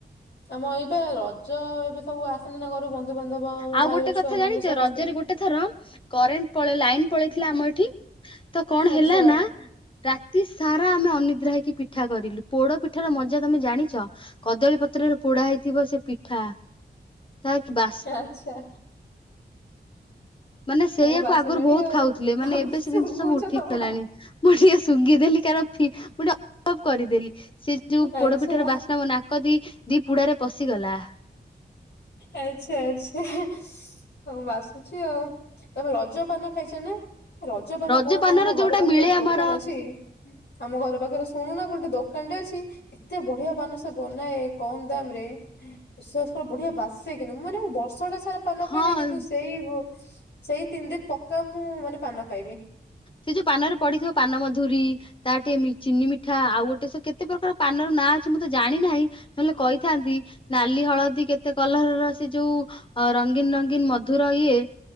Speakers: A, on the left; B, on the left.
A: ଆମ ଏଇ ବା ରଜ ଏବେ ସବୁ ଆସିଲେ ନା ଘରୁ ବନ୍ଧୁବାନ୍ଧବ ଆମ
B: ଆଉ
A: ଭାଇର
B: ଗୋଟେ
A: ଛୁଆ
B: କଥା
A: ମାନେ
B: ଜାଣିଛ
A: ସମସ୍ତେ।
B: ରଜରେ ଗୋଟେ ଥର କରେଣ୍ଟ ପଳେଇ ଲାଇନ ପଳେଇଥିଲା ଆମ ଏଠି ତ କଣ
A: ଆଚ୍ଛା
B: ହେଲା ନା ରାତି ସାରା ଆମେ ଅନିଦ୍ରା ହେଇକି ପିଠା କରିଲୁ ପୋଡ ପିଠାର ମଜା ତମେ ଜାଣିଛ କଦଳୀ ପତ୍ରରେ ପୋଡା ହେଇଥିବ ସେ ପିଠା ତା କି ବା
A: ଆଚ୍ଛା।
B: ମାନେ ସେଇୟଆକୁ
A: ତମକୁ ବାସିଲାଣି
B: ଆଗରୁ ବହୁତ
A: ଆଉ
B: ଖାଉଥିଲେ
A: ତମେ
B: ମାନେ ଏବେ ସେ
A: ଶୁଙ୍ଗୁଛ
B: ଜିନିଷ ସବୁ ଉଠିଗଲାଣି
A: ତମ ବା-
B: ମୁଁ ଟିକେ ଶୁଙ୍ଘିଦେଲି କାର ମୁ ଭବ କରିଦେଲି ସେ ଯୋଉ
A: ଆଚ୍ଛା।
B: ପୋଡପିଠର ବାସ୍ନା ମୋ ନା କଦି ଦି ପୁଡାରେ ପଶିଗଲା।
A: ଆଚ୍ଛା ଆଚ୍ଛା। ହଁ ବାସୁଛି ଆଉ ତମେ ରଜ ପାନ ଖାଇଛ ନା? ରଜପାନ
B: ରଜ
A: କହ ନା
B: ପାନର
A: ଆମ ଘର
B: ଯୋଉଟା
A: ପାଖରେ
B: ମିଳେ
A: ଗୋଟେ ଦୋକାନ
B: ଆମର
A: ଅଛି। ଆମ ଘର ପାଖରେ ଶୁଣୁନ ଗୋଟେ ଦୋକାନଟେ ଅଛି ଏତେ ବଢିଆ ପାନ ସେ ବନାଏ କମ ଦାମ ରେ ବିଶ୍ୱାସ କଣ ବଢିଆ ବାସେ କିନ୍ତୁଁ ମାନେ ମୁ ବର୍ଷଟା ସାରା ପାନ
B: ହଁ
A: ଖାଇଏନି କିନ୍ତୁ ସେଇ ସେଇ ତିନି ଦିନ ପକ୍କା ମୁଁ ମାନେ ପାନ ଖାଇବି।
B: ସେ ଯୋଉ ପାନରେ ପଡିଥିବ ପାନ ମଧୁରୀ ତା ଟିକେ ଚିନି ମିଠା ଆଉ ଗୋଟେ ସବୁ କେତେ ପ୍ରକାର ପାନର ନାଁ ଅଛି ମୁଁ ତ ଜାଣିନାହିଁ। ନହେଲେ କହିଥାନ୍ତି ନାଲି ହଳଦୀ କେତେ କଲର ର ସେ ଯୋଉ ଅ ରଙ୍ଗୀନ ରଙ୍ଗୀନ ମଧୁର ଇଏ